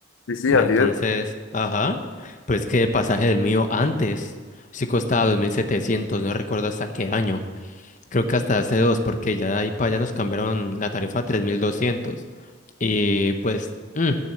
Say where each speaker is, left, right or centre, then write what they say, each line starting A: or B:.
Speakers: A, on the left; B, on the left.
A: Sí, sí,
B: Pero
A: así
B: entonces,
A: es.
B: ajá, pero es que el pasaje del mío antes sí costaba 2.700, no recuerdo hasta qué año. Creo que hasta hace dos, porque ya de ahí para allá nos cambiaron la tarifa a tres mil doscientos Y pues, mm,